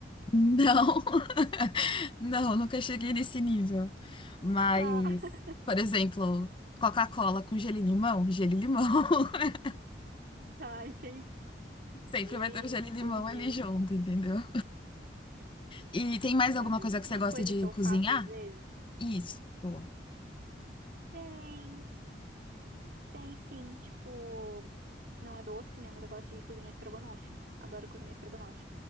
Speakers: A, on the left; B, on the right.
A: Não, <laughs> não, nunca cheguei nesse nível. Mas,
B: Tá. <laughs>
A: por exemplo, Coca-Cola com gelo e limão, gelo e limão. <laughs>
B: Tá, entendi.
A: Sempre
B: Entendi,
A: vai ter o gelo e limão
B: entendi.
A: ali junto, entendeu? E tem mais alguma
B: Sabe
A: coisa
B: uma
A: que você gosta
B: coisa
A: de
B: que eu
A: cozinhar?
B: faço às vezes?
A: Isso, boa.
B: Tem, tem sim, tipo, não é doce, né? Mas eu gosto de cozinhar estrogonofe. Adoro cozinhar estrogonofe.